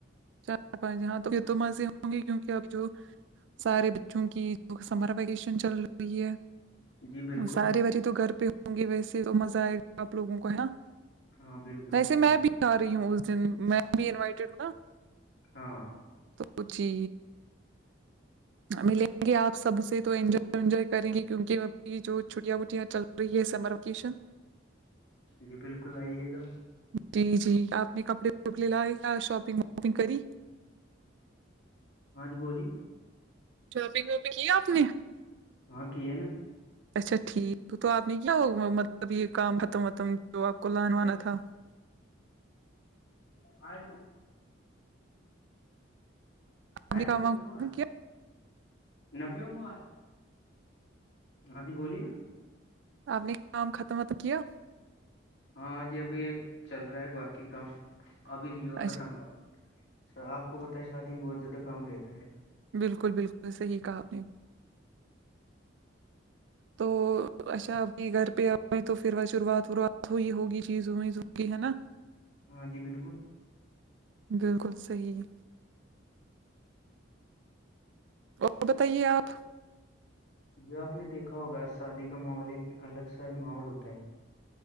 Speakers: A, on the right; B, on the left.
A: چار پانچ یہاں تو پھر تو مزے ہوں گے کیونکہ اب جو سارے بچوں کی جو سمر ویکیشن چل رہی ہے
B: جی بالکل
A: سارے بچے تو گھر پہ ہوں گے ویسے تو مزہ آئے گا آپ لوگوں کو ہے
B: ہاں بالکل
A: ویسے
B: میم بالکل
A: میں بھی آ رہی ہوں اس دن میں بھی انوائٹیڈ ہوں نا
B: ہاں
A: تو جی ملیں گے آپ سب سے تو انجوائے وینجوائے کریں گے کیونک ابھی جو چھٹیاں بٹیا چل فری یہ سمر وکیشن
B: جی بالکل آئیے گا
A: جی جی آپ نے کپڑے لے لائے کیا شاپنگ وپنگ کری
B: ہاں جی بولیے
A: شاپنگ واپنگ کی آپ نے
B: ہاں کی ہے نا
A: اچھا ٹھیک تو آپ نے کیا مطلب یہ کام ختم وتم تو آپ کو لان
B: <inaudible>
A: وانا تھا آپ
B: ارے
A: نے
B: م
A: کام
B: ن
A: وام
B: پ
A: ختم
B: م
A: کیا
B: ن پ م آج ہاں جی بولیے
A: آپ نے کام ختم تو کیا
B: ہاں جی ابھی چل رہا ہے باقی کام ابھی نہیں ہوا ختم
A: اچھا
B: س آپ کو پتا ہے شادی میں بہت زیادہ کام رہتا ہے
A: بالکل بالکل صحیح کہا آپ نے
B: <inaudible>
A: تو اچھا آپ کی گھر پہ آئے تو پھر شروعات وروعات ہوئی ہوگی چیز ویز ہو کی ہے نا
B: ہاں جی بالکل
A: بالکل صحیح ہے تو بتائیے آپ
B: یہ آپ نے دیکھا ہوگا شادی کا ماحول ایک الگ سا ہی ماحول ہوتا ہے